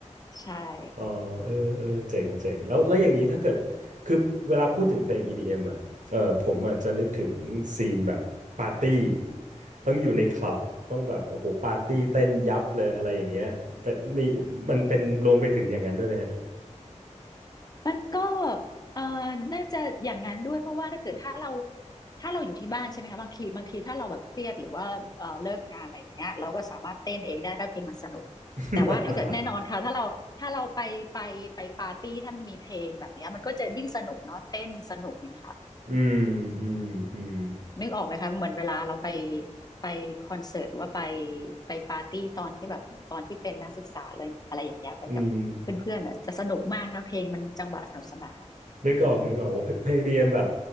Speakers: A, on the left; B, on the right.
A: ใช่ค่ะ
B: อ๋อเออเออเจ๋งเจ๋งแล้วแล้วอย่างนี้ถ้าเกิดคือเวลาพูดถึงเพลง EDM อมอ่ะเออผมอ่ะจะนึกถึงซีนแบบปาร์ตี้ต้องอยู่ในคลับต้องแบบโอ้โหปาร์ตี้เต้นยับเลยอะไรอย่างเงี้ยเป็นมีมันเป็นรวมไปถึงอย่างนั้นด้วยไหมฮะ
A: มันก็เอ่อน่าจะอย่างนั้นด้วยเพราะว่าถ้าเกิดถ้าเราถ้าเราอยู่ที่บ้านใช่ไหมคะบางทีบางทีถ้าเราแบบเครียดหรือว่าเอ่อเลิกงานอะไรอย่างเงี้ยเราก็สามารถเต้นเองได้ถ้าเพลงมันสนุก
B: <laughs>
A: แต่ว่าถ้าเกิดแน่นอนค่ะถ้าเราถ้าเราไปไปไปปาร์ตี้ถ้ามันมีเพลงแบบเนี้ยมันก็จะยิ่งสนุกเนาะเต้นสนุกเนี่ยค่ะ
B: อืมอืมอืม
A: นึกออกไหมคะเหมือนเวลาเราไปไปคอนเสิร์ตหรือว่าไปไปปาร์ตี้ตอนที่แบบตอนที่เป็นนักศึกษาอะไรอะไรอย่างเงี้ยไปกับ
B: อืม
A: เพื่อนๆอ่ะจะสนุกมากนะเพลงมันจังหวะสนุกสนาน
B: นึกออกนึกออกโอ้เพเพลงดีเอ็มแบบ